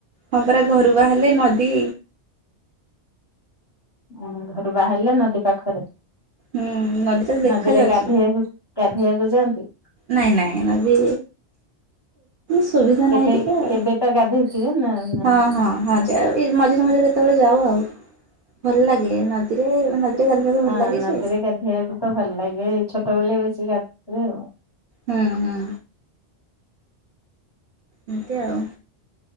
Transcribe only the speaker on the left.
ଉ ଘରୁ ବାହାରିଲେ ନଦୀ ପାଖରେ
ନଦୀରେ ଗାଧୋଇକୁ ଗାଧୋଇବାକୁ ଯାଆନ୍ତୁ।
କେବେ
କେବେ ତ ଗାଧେଇଥିବେ ନା ନାଇଁ।
ହଁ
ନଦୀରେ
ଗାଧୋଇବାକୁ ତ ଭଲ ଲାଗେ ଛୋଟବେଳେ ବେଶି ଗାଧୁେ ଆଉ।